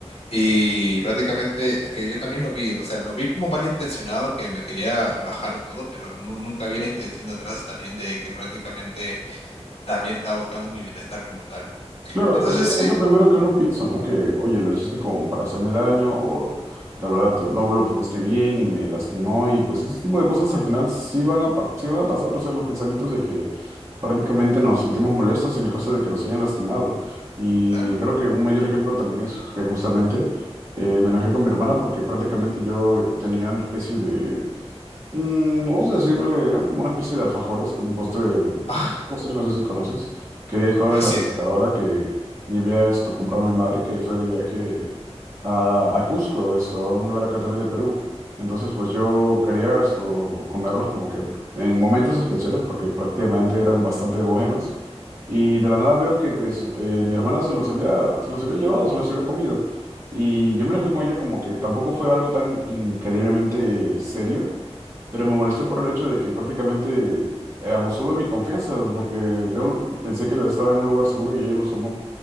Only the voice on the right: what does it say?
Claro,
es que
es lo primero que uno piensa, ¿no? Que, oye, lo hiciste como para hacerme daño o la verdad no lo pensaste bien y me lastimó y pues ese tipo de cosas al final sí van a, pa- sí van a pasar, o sea, los pensamientos de que prácticamente nos sentimos molestos en el caso de que nos hayan lastimado. Y
creo que un mayor ejemplo también es que justamente eh, me enojé con mi hermana porque prácticamente yo tenía una especie de... Mm, vamos a decirle, eran como una especie de alfajores, como postre,
postre no sé si conoces, que había dejado
en la
refrigeradora
que y había esto comprado mi madre, que fue de viaje a, a Cusco, esto, a un lugar acá también de Perú. Entonces, pues yo quería esto, comerlos como que en momentos especiales porque prácticamente eran bastante buenos. Y de la nada veo que pues eh, mi hermana se los había, se los había llevado, se los había comido. Y yo me enojé con ella como que tampoco fue algo tan increíblemente serio. Pero me molestó por el hecho de que prácticamente eh, abusó de mi confianza, porque yo l- pensé que lo estaba en un lugar seguro y ella los tomó.